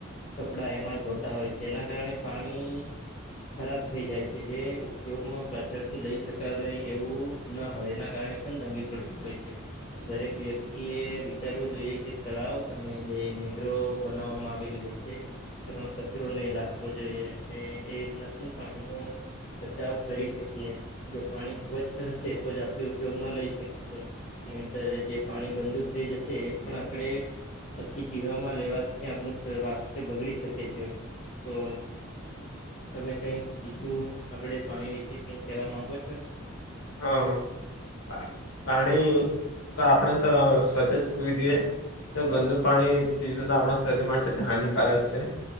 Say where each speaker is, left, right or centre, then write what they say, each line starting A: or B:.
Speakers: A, on the left; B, on the left.
A: કપડાં એમાં જ ધોતા હોય છે એના કારણે પાણી ખરાબ થઈ જાય છે જે ઉપયોગમાં પ્રછરથી લઈ શક એવું ના હોય એના કારણે પણ દંગી પડતી હોય છે તો દરેક વ્યક્તિ એ વિચારવું જોઈએ કે તળાવ અને જે નેહરો બનાવવામાં આવેલી હોય છે એમાં કચરો નહી લખવો જોઈએ એ રીતના પણ પાણીનો બચાવ કરી શકીએ જો પાણી સ્વચ્છ હશે તો જ આપણે ઉપયોગમાં લઈ શકીશું નહીતર જે પાણી ગંદુ થઈ જશે એ પણ આપણેે પછી પીવામાં લેવાથી આપણું સ્વાસ્થ્ય બગડી શકે છે તો તમે કઈક બીજું આગડ પાણી વિશે કઈક કહેવા માંગો છો
B: હા પાણી તો આપણે તો સ્વચ્છ જ પીવું જોઈએ ગંદુ પાણી પીવ તો આપણા શરીર માટે તે હાનિકારક છે.